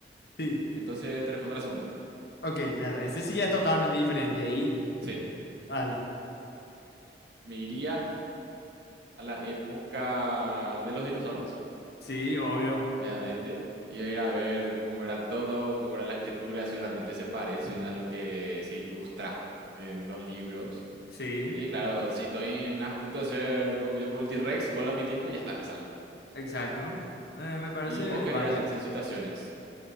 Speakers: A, on the left; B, on the right.
A: Sí,
B: entonces te respondo a la segunda.
A: ok. la- ese sí ya es totalmente diferente. Ahí,
B: Sí,
A: vale.
B: me iría a la época de los dinosaurios.
A: Sí, obvio.
B: obviamente, y ir a ver cómo era todo, cómo era la escritura, si realmente se parecen a lo que se ilustra en los libros.
A: Sí,
B: Y claro, si estoy en- a punto de ser comido por un T-Rex, vuelvo a mi tiempo y ya está, me salvo.
A: exacto. Eh, me parece
B: ¿Y vos qué
A: válida.
B: harías en esas situaciones?